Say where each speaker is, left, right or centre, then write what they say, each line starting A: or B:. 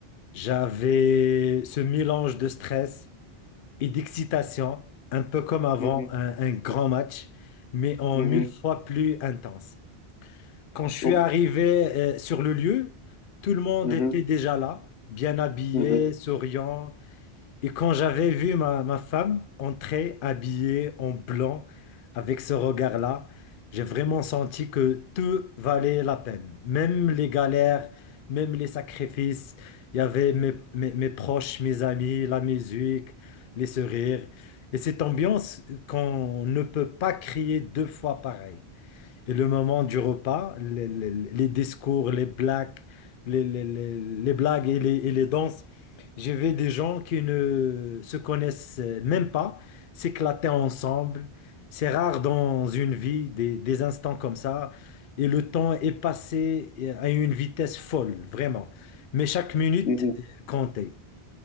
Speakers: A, on the left (about 60°); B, on the left (about 85°).
A: j'avais ce mélange de stress. et d'excitation, un peu comme avant
B: mhm,
A: un, un grand match, mais en
B: mhm.
A: mille fois plus intense. Quand je suis
B: Oh,
A: arrivé euh, sur le lieu, tout le monde
B: mhm,
A: était déjà là, bien habillé,
B: mhm,
A: souriant, et quand j'avais vu ma, ma femme entrer habillée en blanc avec ce regard-là, j'ai vraiment senti que tout valait la peine. Même les galères, même les sacrifices. Il y avait mes, mes- mes proches, mes amis, la musique, les sourires. Et cette ambiance qu'on ne peut pas crier deux fois pareil. Et le moment du repas, les, les- les discours, les blagues, les, les- les- les blagues et les, et les danses, j'ai vu des gens qui ne se connaissent même pas s'éclater ensemble. C'est rare dans une vie des, des instants comme ça. Et le temps est passé à une vitesse folle, vraiment. Mais chaque minute
B: mhm.
A: comptait.